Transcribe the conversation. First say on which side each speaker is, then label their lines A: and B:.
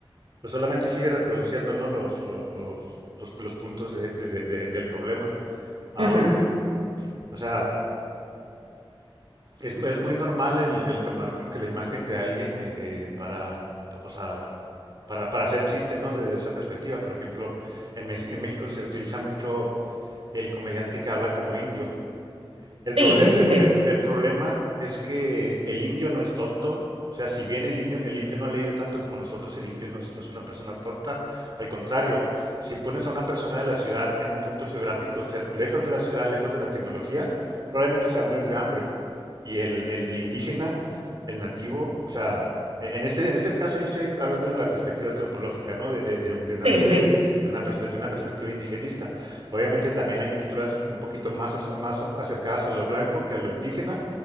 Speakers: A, on the right (about 45°); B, on the right (about 80°).
A: pues solamente sigue reproduciendo, ¿no? los, los, los, los- los puntos de- de- de- de- del problema. Am,
B: Ujú.
A: o sea, Es, es muy normal el, el tomar como que la imagen de alguien eh, eh, para, o sea, para, para hacer chiste, ¿no? Desde esa perspectiva. Por ejemplo, en, Mexi- en México se utiliza mucho el comediante que habla como indio. El, problem-
B: Sí, sí, sí,
A: el,
B: sí,
A: el- el problema es que el indio no es tonto. O sea, si bien el indio, el indio no ha leído tanto como nosotros, el indio no es, no es una persona tonta. Al contrario, si pones a una persona de la ciudad en un punto geográfico cer- lejos de la ciudad, lejos de la tecnología, probablemente se va a morir de hambre y el, el- el indígena, el nativo, o sea, e, en este, en este caso yo estoy hablando desde la perspectiva antropológica, ¿no? De, de- de un- de una
B: sí,
A: persona,
B: sí.
A: de una, pers- desde una perspectiva indigenista. Obviamente también hay culturas un poquito más, ac- más acercadas a lo blanco que a lo indígena,